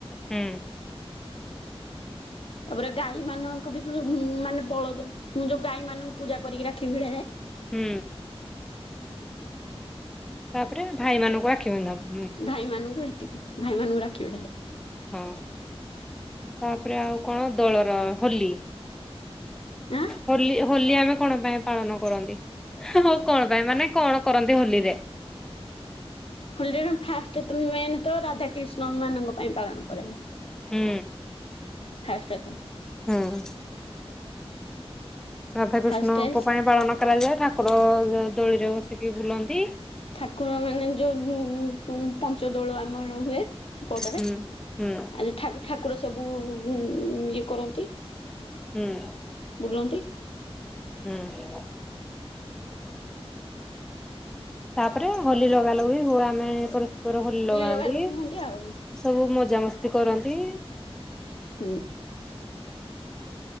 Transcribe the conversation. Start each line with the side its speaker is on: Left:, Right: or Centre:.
Centre: ହୁଁ।
Left: ତାପରେ ଗାଈ ମାନଙ୍କୁ ବି ପ୍ରଭୁ ଉଁ ମାନେ ବଳଦ ମୁଁ ଯୋଉ ଗାଈ ମାନଙ୍କୁ ପୂଜା କରିକି ରାକ୍ଷୀ ଭିଡା ଯାଏ।
Centre: ହୁଁ ତାପରେ ଭାଇ ମାନଙ୍କୁ ରାକ୍ଷୀ ବାନ୍ଧାହବ।
Left: ଭାଇମାନଙ୍କୁ ହେତିକି ଭାଇମାନାଙ୍କୁ ରାକ୍ଷୀ ଭିଡା ଯାଏ।
Centre: ହଁ ତାପେରେ ଆଉ କଣ ଦୋଳର ହୋଲି।
Left: ଆଁ
Centre: ହୋଲି ହୋଲି ଆମେ କଣ ପାଇଁ ପାଳନ କରନ୍ତି। ହେ ହୋଉ କଣ ପାଇଁ ମାନେ କଣ କରନ୍ତି ହୋଲିରେ।
Left: ହୋଲିଣ ଫାଷ୍ଟ ତ ମେନ୍ ତ ରାଧାକ୍ରିଷ୍ଣ ମାନଙ୍କ ପାଇଁ ପାଳନ କରାଯାଏ।
Centre: ହୁଁ।
Left: <unintelligible>
Centre: ହୁଁ। ରାଧାକୃଷ୍ଣଙ୍କ
Left: ଫାଷ୍ଟ
Centre: ପାଇଁ ପାଳନ କରାଯାଏ। ଠାକୁର ଦୋ ଦୋଳିରେ ବସିକି ବୁଲନ୍ତି।
Left: ଠାକୁର ମାନେ ଯୋଉ ଉଁ ପ ପଞ୍ଚଦୋଳ ଆମର ହୁଏ। ହେପଟରେ
Centre: ହୁଁ ହୁଁ
Left: ଆଜି ଠାକ ଠାକୁର ସବୁ ଉଁ ଇଏ କରନ୍ତି।
Centre: ହୁଁ।
Left: ବୁଲନ୍ତି।
Centre: ହୁଁ। ତାପରେ ହୋଲି ଲଗାଲଗି ହୁଏ ଆମେ ପରସ୍ପର ହୋଲି ଲଗାନ୍ତି।
Left: ଲଗା ଲୁଗି ହୁଅନ୍ତି ଆଉ
Centre: ସବୁ ମଜା ମସ୍ତି କରନ୍ତି।
Left: ହୁଁ।